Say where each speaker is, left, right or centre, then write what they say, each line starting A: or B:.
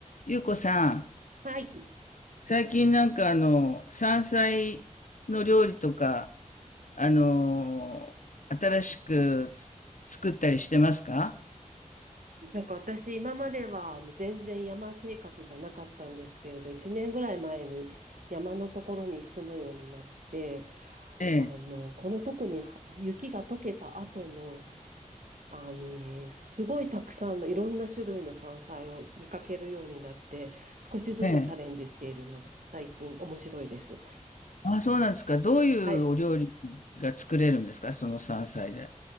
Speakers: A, on the left (about 70°); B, on the right (about 75°).
A: ゆうこさん、
B: はい。
A: 最近なんかあの、山菜の料理とか、あの新しく作ったりしてますか
B: なんか私、今まではあの全然山生活じゃなかったんですけれど、1年ぐらい前に山のところに住むようになって、
A: ええ、
B: あの、この特には雪が溶けた後の、あに、すごいたくさんのいろんな種類の山菜を見かけるようになって、少しずつチャレンジしているのが最近面白いです。
A: ええ。あ、そうなんですか。どういうお料理が作れるんですかその山菜で。
B: はい。